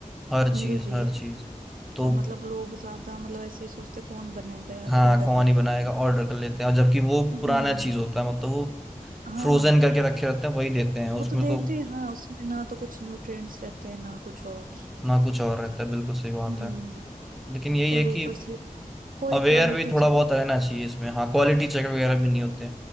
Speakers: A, in the centre; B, on the right.
A: हर चीज
B: मिल रही
A: हर
B: है
A: चीज तो
B: तो मतलब लोग ज्यादा मतलब ऐसे ही सोचते कौन बनाएगा यार
A: हाँ
B: ऑर्डर
A: कौन
B: कर लेते
A: ही बनाएगा
B: हैं
A: ऑर्डर कर लेते हैं और जबकि वो
B: हम्म
A: पुराना चीज होता है मतलब वो
B: हाँ
A: फ्रोजन करके रखे रहते हैं वही देते हैं उसमें
B: वो तो देखते
A: तो
B: हैं हाँ उसमें ना तो कुछ न्यूट्रिएंट्स रहते हैं ना कुछ और
A: ना कुछ और रहता है बिल्कुल सही बात
B: हम्म
A: है लेकिन यही है
B: और ऊपर
A: कि
B: से कोई
A: अवेयर
B: क्वालिटी
A: भी थोड़ा
B: चेक
A: बहुत रहना चाहिए इसमें हाँ क्वालिटी चेक वगैरह भी नहीं होते